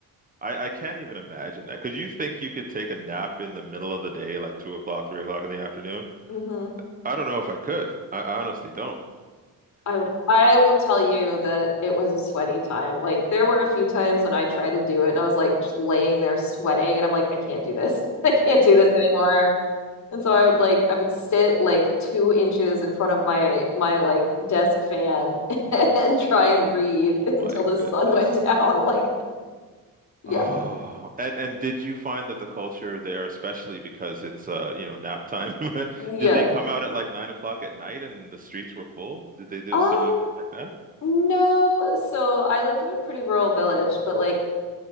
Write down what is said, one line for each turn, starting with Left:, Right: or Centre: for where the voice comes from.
Right: I I can't even imagine that. Could you think you could take a nap in the middle of the day, like two o'clock, three o'clock in the afternoon?
Left: mm-hmm.
Right: I don't know if I could. I, I honestly don't. <laughs>
Left: i i will tell you that it was a sweaty time like there were a few times when i tried to do it and i was like just laying there sweating and i'm like i can't do this <laughs> i can't do this anymore And so I would like I would sit like two inches in front of my my like desk fan <laughs> and try and read
Right: Oh
Left: <laughs> until
Right: my
Left: the sun
Right: goodness.
Left: went down. Like, yeah,
Right: Oh, and and did you find that the culture there, especially because it's uh you know nap time, <laughs>
Left: yeah.
Right: did they come out at like nine o'clock at night and the streets were full? Did they do
Left: Um,
Right: a similar thing like that?
Left: no. So I lived in a pretty rural village, but like